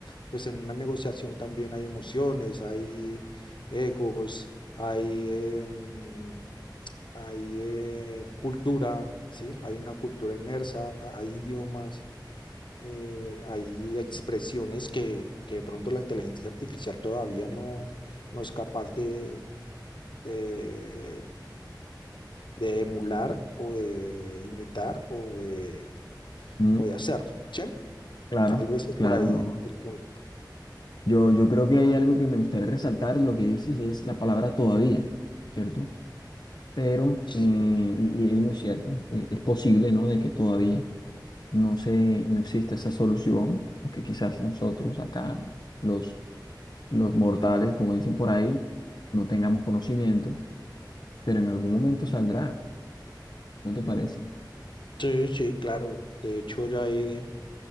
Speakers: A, on the left; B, on the left.
A: pues en una negociación también hay emociones, hay egos, hay, em, hay eh, cultura, ¿sí? Hay una cultura inmersa, hay idiomas, eh, hay expresiones que, que de pronto la inteligencia artificial todavía no, no es capaz de, de, de emular o de imitar o de,
B: Mm,
A: o de hacer, ¿sí?
B: claro,
A: Tal vez es
B: claro,
A: por ahí
B: no.
A: el punto.
B: Yo, yo creo que hay algo que me gustaría resaltar, lo que dices es la palabra todavía, ¿cierto? Pero,
A: Sí,
B: eh, y, y es muy cierto, eh, es posible, ¿no? De que todavía. no se, no existe esa solución, o que quizás nosotros acá, los, los mortales, como dicen por ahí, no tengamos conocimiento, pero en algún momento saldrá, ¿no te parece?
A: sí, sí, claro. De hecho, ya hay